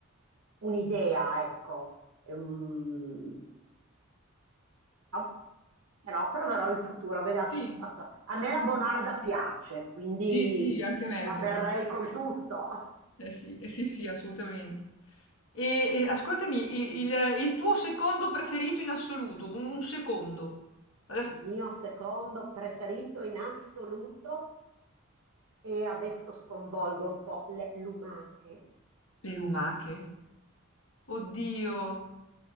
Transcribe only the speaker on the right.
un'idea, ecco. Ehm, ma- però proverò in futuro. vedi,
asso- asso- a me la bonarda piace, quindi
la berrei
con tutto.
Il mio secondo preferito in assoluto e adesso sconvolgo un po' le lumache.